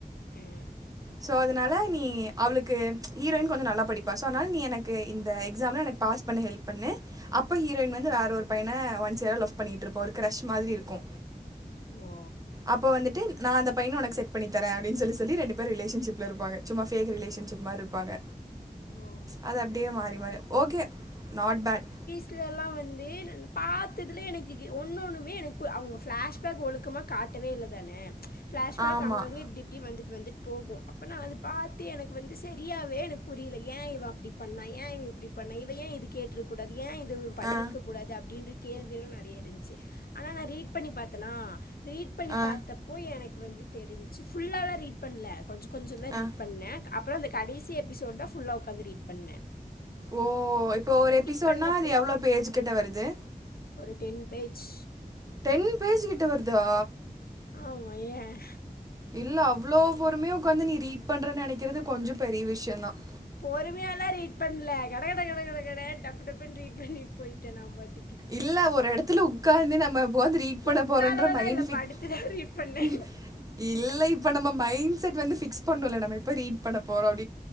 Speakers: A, on the left; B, on the right.
A: ம்
B: ஸோ அதனால நீ அவளுக்கு ஹீரோயின் கொஞ்ச நல்லா படிப்பா ஸோ அதனால நீ எனக்கு இந்த எக்ஸாமை எனக்கு பாஸ் பண்ண ஹெல்ப் பண்ணு அப்போ ஹீரோயின் வந்து வேற ஒரு பையனை ஒன் சைடா லவ் பண்ணிட்டுருப்போ ஒரு க்ரஸ் மாரி இருக்கு
A: ஓ
B: அப்போ வந்துட்டு நா அந்த பையனை உனக்கு செட் பண்ணி தரேன் அப்டின்னு சொல்லி சொல்லி ரெண்டு பேரு ரிலேஷன்ஷிப்ல இருப்பாங்க சும்மா ஃபேக் ரிலேஷன்ஷிப் மாரி இருப்பாங்க
A: ஓ
B: அது அப்டியே மாறி மாறி ஓக்கே நாட் பேட்
A: <unintelligible> எல்லாம் வந்து பாத்துட்டு எனக்கு ஒன்னு ஒண்ணுமே எனக்கு அவங்க பிளாஷ்பேக் ஒழுக்கமா காட்டவே இல்ல தானே பிளாஷ் பேக்
B: ஆமாம்
A: அங்க இங்க இப்டி இப்டி வந்துட் வந்துட்டு போகும் அப்ப நான் அது பாத்து எனக்கு வந்து சரியாவே எனக்கு புரியல ஏன் இவ அப்படி பண்ணா ஏன் இவ இப்படி பண்ணா இவ ஏன் இத கேட்டிருக்ககூடாது ஏன் இத இவன் பண்ணியிருக்க
B: ஆ
A: கூடாது அப்படின்ட் கேள்வியெலாம் நெறைய இருந்துச்சு ஆனா நான் ரீட் பண்ணி பாத்தனா ரீட் பண்ணி
B: ஆ
A: பாத்தப்போ எனக்கு வந்து தெரிஞ்சு ஃபுல்லாலா ரீட் பண்ணல கொஞ்ச கொஞ்சந்தா
B: ஆ
A: ரீட் பண்ணேன் அப்புறம் இந்த கடைசி எப்பிசோடு தான் ஃபுல்லா உக்காந்து ரீட் பண்ணேன்
B: ஓ இப்ப ஒரு எப்பிசோடுனா
A: பண்ணப்ப
B: அது
A: தா
B: எவ்ளோ பேஜ் கிட்ட வருது
A: ஒரு டென் பேஜ்
B: டென் பேஜு கிட்ட வருதா
A: ஆமா ஏன்
B: இல்ல அவ்ளோ பொருமையா இல்லே அவ்ளோ பொறுமையா உக்காந்து நீ ரீட் பண்றேன்னு நெனைக்கறது கொஞ்சம் பெரிய விஷயந்தான்
A: பொறுமையா எல்லா ரீட் பண்ணல கட கட கட கட கட டப்பு டப்புன்னு ரீட் பண்ணிட்டு போய்ட்டேன் நான் பாட்டுக்கு
B: இல்ல ஒரு எடத்துல உக்காந்து நம்ம ஒக்காந்து ரீட் பண்ண
A: உக்காரவெல்லா
B: போறோன்ற மகிழ்ச்சிஇல்ல
A: இல்ல படுத்துதா ரீட் பண்ணே
B: இப்ப நம்ம மைன்ட் செட்வந்து ஃபிக்ஸ் பண்ணோல நம்ம எப்போ ரீட் பண்ண போறோம் அப்டி